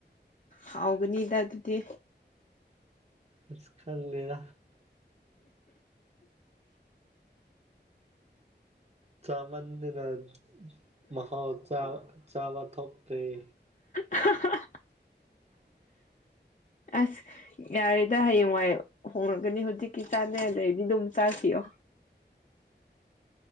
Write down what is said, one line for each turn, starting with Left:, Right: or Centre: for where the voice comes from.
Left: ꯍꯥꯎꯒꯅꯤꯗ ꯑꯗꯨꯗꯤ
Right: ꯑꯁ ꯈꯪꯒꯦꯗ ꯆꯥꯃꯟꯗꯅ ꯃꯍꯥꯎ ꯆꯥ ꯆꯥꯕ ꯊꯣꯛꯇꯔ꯭ꯦ
Left: ꯑꯍꯥ ꯍꯥ ꯍ
Right: <unintelligible>
Left: ꯑꯁ ꯌꯥꯔꯦꯗ ꯍꯌꯦꯡꯋꯥꯏ ꯍꯣꯡꯉꯛꯒꯅꯤ ꯍꯧꯖꯤꯛꯀꯤ ꯆꯥꯅꯤꯉꯥꯏ ꯂꯩꯗꯤ ꯑꯗꯨꯝ ꯆꯥꯈꯤꯌꯣ